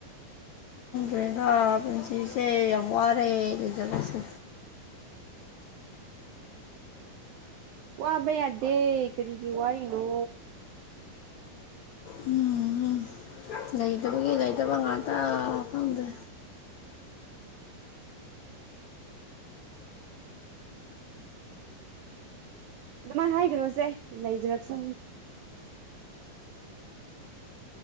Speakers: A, on the left; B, on the right.
A: ꯑꯗ ꯄꯨꯟꯁꯤꯁꯦ ꯌꯥꯝ ꯋꯥꯔꯦ ꯂꯩꯖꯕꯁꯦ
B: ꯋꯥꯕ ꯌꯥꯗꯦ ꯀꯔꯤꯒꯤ ꯋꯥꯔꯤꯅꯣ
A: ꯎꯝ ꯂꯩꯇꯕꯒꯤ ꯂꯩꯇꯕ ꯉꯥꯛꯇ ꯈꯪꯗꯦ
B: ꯑꯗꯨꯃꯥꯏꯅ ꯍꯥꯏꯒꯅꯨꯁꯦ ꯂꯩꯖꯔꯛꯆꯥꯅꯤ